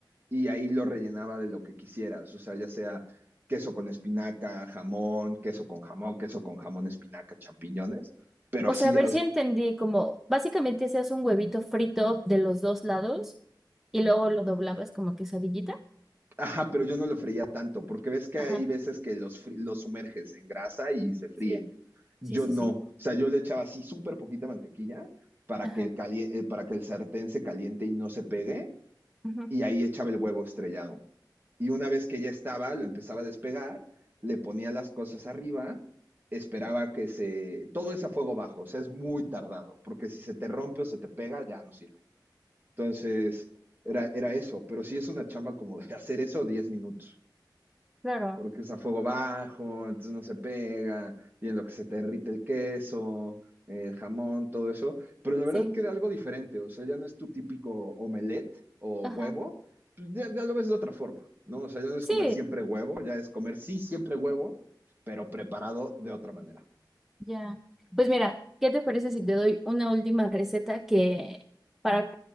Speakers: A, on the right; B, in the centre.
A: Y ahí lo rellenaba de lo que quisieras. O sea, ya sea queso con espinaca, jamón, queso con jamón, queso con jamón, espinaca, champiñones. Pero
B: O
A: así,
B: sea, a ver si entendí, como básicamente se hace un huevito frito de los dos lados y luego lo doblabas como quesadillita.
A: Ajá, pero yo no lo freía tanto, porque ves que
B: Ajá,
A: hay veces que los, fri- los sumerges en grasa y se fríen.
B: sí,
A: Yo
B: sí, sí,
A: no.
B: sí.
A: O sea, yo le echaba así súper poquita mantequilla para
B: Ajá,
A: que el cali- eh, para que el sartén se caliente y no se pegue,
B: Ujú,
A: y ahí echaba el huevo estrellado. Y una vez que ya estaba, lo empezaba a despegar, le ponía las cosas arriba, esperaba que se... Todo es a fuego bajo, o sea, es muy tardado, porque si se te rompe o se te pega, ya no sirve. Entonces, era, era eso, pero sí es una chamba como de hacer eso 10 minutos
B: Claro.
A: porque usa fuego bajo, entonces no se pega, y en lo que se te derrite el queso, eh, el jamón, todo eso. Pero la verdad
B: sí,
A: que era algo diferente, o sea, ya no es tu típico omelette o
B: ajá.
A: huevo, pues ya, ya lo ves de otra forma, ¿no? O sea, ya no es
B: Sí,
A: comer siempre huevo, ya es comer sí siempre huevo, pero preparado de otra manera.
B: Ya. Pues mira, ¿qué te parece si te doy una última receta que para